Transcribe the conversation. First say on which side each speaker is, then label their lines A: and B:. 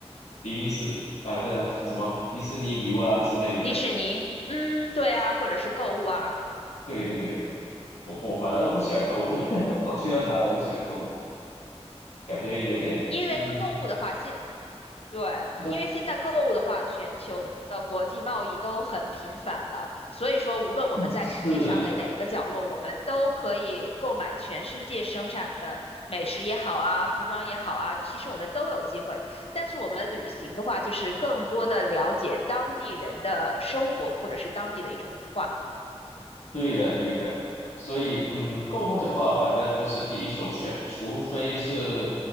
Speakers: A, on the left (about 80°); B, on the left (about 60°).
A: 迪士尼是啊的什么迪士尼游啊之类的。
B: 迪士尼，嗯，对啊，或者是购物啊。
A: 对对对，我我反而不喜欢购物，<laughs> 我去到哪都不喜欢购物，感觉有点嗯，
B: 因为购物的话，现对，
A: 你知道
B: 因为现在购物的话，全球的呃国际贸易都很频繁了，所以说无论我们在世界上的哪个角落，
A: 是。
B: 我们都可以购买全世界生产的美食也好啊，服装也好啊，其实我们都有机会。但是我们旅行的话，就是更多的了解当地人的生活或者是当地的一种文化。
A: 对的，对的，所以嗯，购物的话，反正不是第一首选，除非是